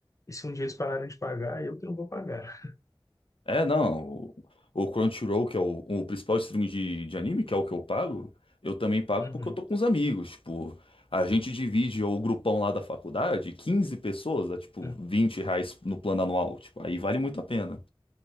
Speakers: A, on the left; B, on the left.
A: E se um dia eles pararem de pagar, eu que não vou pagar.
B: É, não, o, o Crunchyroll, que é o, o principal streaming de, de anime, que é o que eu pago, eu também pago
A: Uhum,
B: porque eu tô com os amigos, tipo, a gente divide o grupão lá da faculdade, 15 pessoas, dá tipo
A: uhum.
B: 20 reais no plano anual, tipo, aí vale muito a pena.